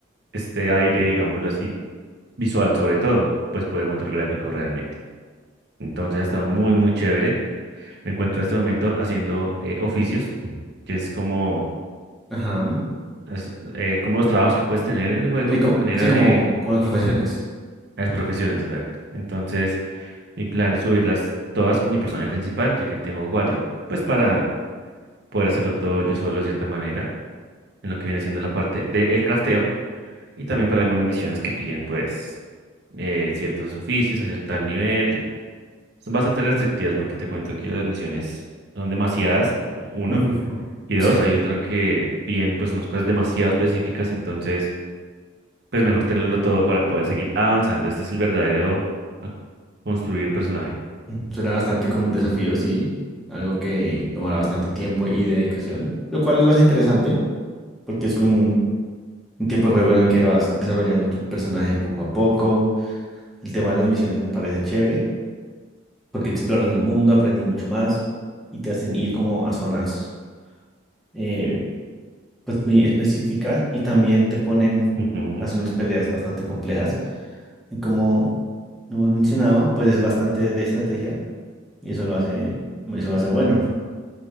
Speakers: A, on the right; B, in the centre.
A: este aire, digámoslo así, visual sobre todo, pues por el motor gráfico realmente. Entonces ha estado muy, muy chévere. Me encuentro en este momento haciendo eh, oficios, Mm. que es como,
B: Ajá.
A: es, eh, como los trabajos que puedes tener en el juego,
B: Sí, co-
A: manera
B: sí, como,
A: de
B: como las profesiones.
A: las profesiones, exacto. Entonces, mi plan es subirlas todas con mi personaje principal, ya que tengo cuatro, pues para poder hacerlo todo yo solo de cierta manera, en lo que viene siendo la parte del crafteo, y también para algunas misiones que piden, pues, eh, ciertos oficios a cierto nivel. Son bastante restrictivas porque te cuento que las misiones son demasiadas, uno.
B: <laughs>
A: Y dos,
B: Sí.
A: hay otra que piden pues unas cosas demasiado específicas, entonces pues mejor tenerlo todo para poder seguir avanzando. Este es el verdadero a- construir un personaje.
B: Mm. Suena bastante como un desafío, sí. Algo que tomará bastante tiempo y dedicación. Lo cual lo hace interesante. Porque es un, un tipo de juego en el que vas desarrollando tu personaje poco a poco. El tema de las misiones me parece chévere. Porque exploras el mundo, aprendes mucho más. Y te hacen ir como a zonas. eh, pues, muy específicas y también te ponen
A: Ujú,
B: a hacer unas peleas bastante complejas. Y como lo hemos mencionado, pues es bastante de estrategia y eso lo hace, eso lo hace bueno.